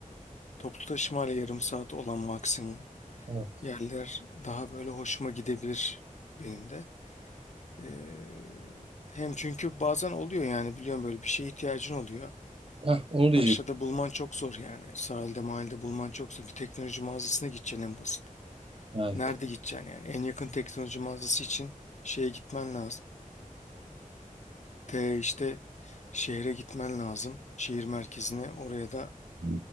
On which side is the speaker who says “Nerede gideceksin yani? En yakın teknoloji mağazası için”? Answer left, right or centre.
Left